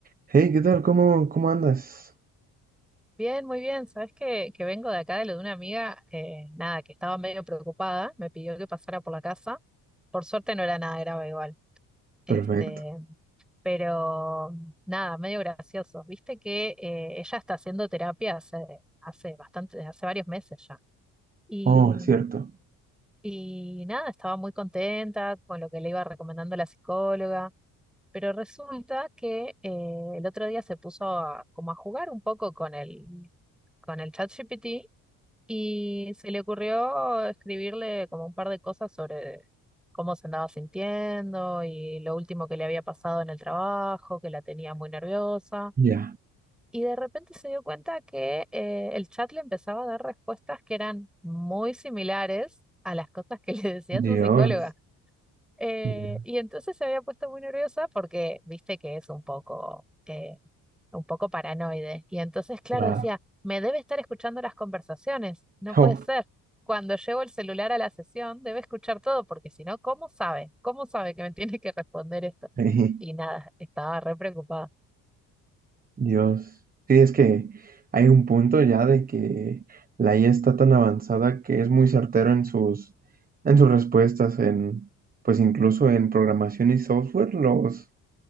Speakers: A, on the right; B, in the centre.
A: Hey, ¿qué tal? ¿Cómo, cómo andas?
B: Bien, muy bien. Sabes que, que vengo de acá de lo de una amiga, eh, nada, que estaba medio preocupada, me pidió que pasara por la casa. Por suerte no era nada grave igual. Este,
A: Perfecto.
B: pero nada, medio gracioso. Viste que eh, ella está haciendo terapia hace, hace bastante, hace varios meses ya. Y,
A: Oh, es cierto.
B: y nada, estaba muy contenta con lo que le iba recomendando la psicóloga. Pero resulta que eh, el otro día se puso a- como a jugar un poco con el, con el ChatGPT Y se le ocurrió escribirle como un par de cosas sobre cómo se andaba sintiendo y lo último que le había pasado en el trabajo, que la tenía muy nerviosa.
A: Ya.
B: Y de repente se dio cuenta que eh, el chat le empezaba a dar respuestas que eran muy similares a las cosas que <laughs> le decía
A: Dios.
B: su psicóloga. Eh,
A: Ya.
B: y entonces se había puesto muy nerviosa porque viste que es un poco, que, un poco paranoide. Y entonces, claro,
A: <laughs> La-
B: decía, me debe estar escuchando las conversaciones, no puede
A: Oh,
B: ser. Cuando llevo el celular a la sesión, debe escuchar todo, porque si no, ¿cómo sabe? ¿Cómo sabe que me <laughs> tiene que responder esto?
A: sí.
B: Y nada, estaba re preocupada.
A: Dios. Sí, es que hay un punto ya de que la IA está tan avanzada que es muy certero en sus, en sus respuestas, en, pues incluso en programación y software, los,